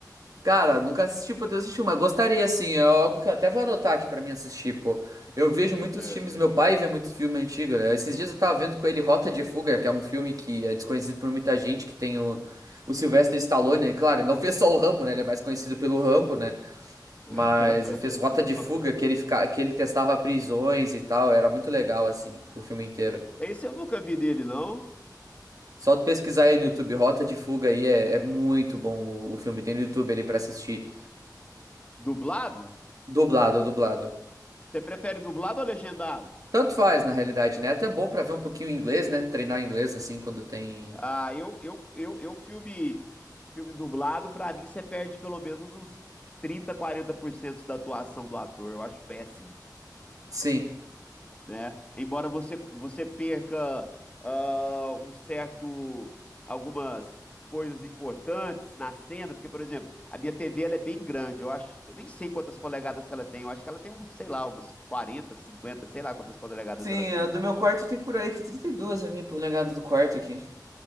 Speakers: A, on the right; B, on the left.
A: Cara, nunca assisti, poder assistir, mas gostaria, assim. É algo que eu até vou anotar aqui pra mim assistir, pô. Eu vejo muitos
B: É.
A: filmes, meu pai vê muito filme antigo, né? Esses dias eu tava vendo com ele Rota de Fuga, que é um filme que é desconhecido por muita gente, que tem o, o Sylvester Stallone, né? Claro, ele não <laughs> fez só o Rambo, né? Ele é mais conhecido pelo Rambo, né?
B: <laughs>
A: Mas ele fez Rota de Fuga, que ele, fica, que ele testava prisões e tal. Era muito legal, assim, o filme inteiro.
B: Esse eu nunca vi dele, não.
A: Só tu pesquisar aí no YouTube, Rota de Fuga aí, é, é muito bom o, o filme. Tem no YouTube ali pra assistir.
B: Dublado?
A: Dublado, dublado.
B: Você prefere dublado ou legendado?
A: Tanto faz, na realidade, né? Até bom pra ver um pouquinho inglês, né? Treinar inglês assim quando tem.
B: Ah, eu, eu, eu, eu filme, filme dublado, pra mim você perde pelo menos uns trinta, quarenta por cento da atuação do ator. Eu acho péssimo,
A: Sim.
B: né? Embora você, você perca ah, um certo, algumas coisas importantes na cena, porque, por exemplo, a minha TV ela é bem grande. Eu acho, eu nem sei quantas polegadas que ela tem. Eu acho que ela tem uns, sei lá, umas 40, 50, sei lá quantas polegadas
A: Sim,
B: ela tem.
A: a do meu quarto tem por aí, tem trinta e duas a minha polegada do quarto aqui.